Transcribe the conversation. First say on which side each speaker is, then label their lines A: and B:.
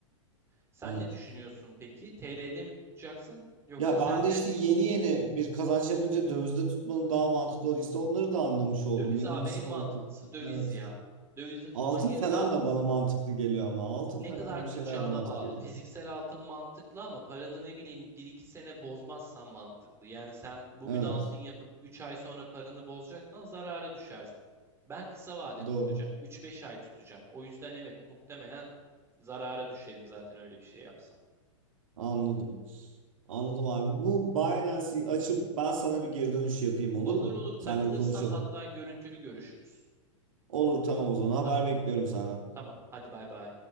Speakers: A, on the right; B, on the right.
A: Sen
B: Evet.
A: ne düşünüyorsun peki? TL'de mi tutacaksın yoksa
B: Ya
A: sen
B: ben de
A: de
B: işte yeni yeni bir kazanç yapınca dövizde tutmanın daha mantıklı olduğu işte onları da anlamış oldum.
A: döviz
B: Benim
A: abi
B: için
A: en mantıklısı
B: oldu.
A: döviz
B: Evet.
A: ya. Dövizde tutmak
B: Altın
A: en
B: falan
A: sağlıklısı.
B: da bana mantıklı geliyor ama altın
A: ne
B: falan
A: kadar
B: gibi
A: tutacağına
B: şeyler de mantıklı
A: bağlı.
B: geliyor.
A: Fiziksel altın mantıklı ama paranı ne bileyim bir iki sene bozmazsan mantıklı. Yani sen bugün
B: Evet.
A: altın yapıp 3 ay sonra paranı bozacaksan zarara düşersin. Ben kısa vade tutacağım.
B: Doğru.
A: Üç beş ay tutacağım. O yüzden evet muhtemelen zarara düşerim zaten öyle bir şey yapsam.
B: Anladım. Anladım abi. Bu Binance'i açıp ben sana bir geri dönüş yapayım olur
A: Olur
B: mu?
A: olur
B: Seninle
A: takılırsan
B: bir konuşalım.
A: hatta görüntülü görüşürüz.
B: Olur tamam o zaman. Haber
A: Tamam
B: bekliyorum senden.
A: tamam hadi bay bay.